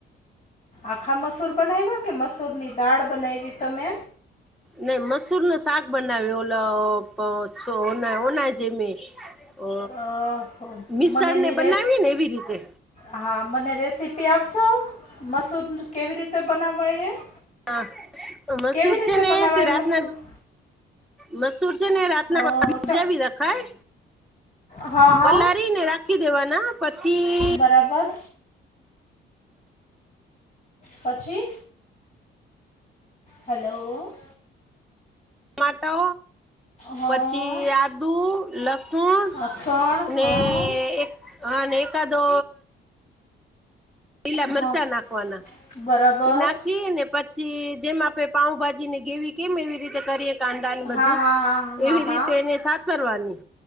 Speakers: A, on the left; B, in the centre.
A: આખા મસૂર બનાવ્યા કે મસૂર ની દાળ બનાવીવી તમે
B: નઈ મસૂર નો શાક બનાવ્યો ઓ ઓના જે મે ઓ
A: અ,
B: મિસળને
A: મને એની રેસ
B: બનાવીએ ને એવી રીતે
A: હા મને રેસીપી આપશો મસૂર કેવી રીતે બનાવાય એ
B: હ મસૂર
A: કેવી રીતે
B: છેને,
A: બનાવાય
B: તે
A: મસૂર
B: રાતના મસૂર છેને, રાતના
A: અ,
B: બીજા
A: ચ
B: બી રખાય
A: હા હા
B: પલારીને રાખી દેવાના પછી.
A: બરાબર <inaudible> પછી હેલો
B: માટો
A: હા
B: પછી આદુ લસુણ
A: હા, સણ
B: ને
A: હા
B: એક હા લખદો પીલા મરચા
A: હા
B: નાખવાના
A: બરાબર
B: ના કીએ ને પછી જેમ આપડે પાઉભાજી ને ગેવી કેમ એવી રીતે કરીએ કાનદાન બધું
A: હા હા હા હા
B: એવી
A: હા
B: રીતે એને સા કરવાની